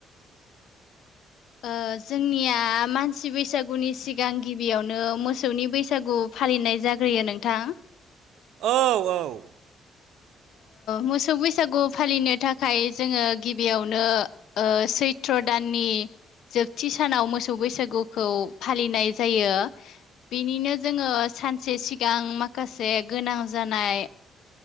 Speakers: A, on the right; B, on the left.
A: <inaudible>
B: ओ जोंनिया मानसि बैसागुनि सिगां गिबियावनो मोसौनि बैसागु। फालिनाय जाग्रोयो नोंथां।
A: औ औ।
B: मोसौ बैसागु फालिनो थाखाय जोङो गिबियावनो सैथ। चत्र दाननि जोबथि सानाव मोसौ बैसागुखौ फालिनाय जायो। बेनिनो जोङो सानसे सिगां माखासे गोनां जानाय।